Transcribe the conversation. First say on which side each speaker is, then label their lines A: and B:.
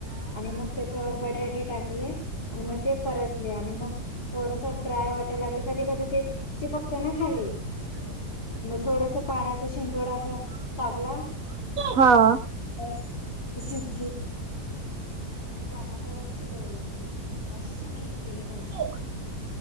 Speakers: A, on the left (about 65°); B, on the right (about 55°).
A: आणि मग त्याच्यावर बटाटे टाकले आणि मग ते परतले आणि मग थोड... ड्राय वाटयला लागल कधी कधी ते चिपकत ना खाली. मग थोडस पाण्याचा शिंतोडा असा टाकला.. <unintelligible>
B: हा
A: मंग वाफेवर शिजवली ती, अशी सुक्की केली भाजी.
B: रिकामा ऑडिओ